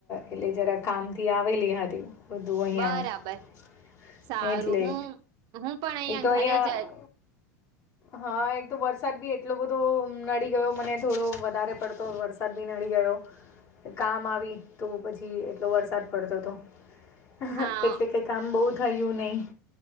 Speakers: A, on the left; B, on the right.
A: એટલે જરા કામ થી આવેલી હતી. બધું અહીંયા
B: બરાબર સારું
A: એટલે
B: હું હું પણ અહિયાં
A: એક તો
B: ઘરે
A: અહીંયા
B: જ જ-
A: હા એક તો વરસાદ બી એટલો બધો નડી ગયો મને થોડો વધારે પડતો વરસાદ બી નડી ગયો. કામ આવી તો પછી એટલો વરસાદ પડતો તો. અહહ
B: હા
A: એટલે કે કામ બહુ થયું નહી.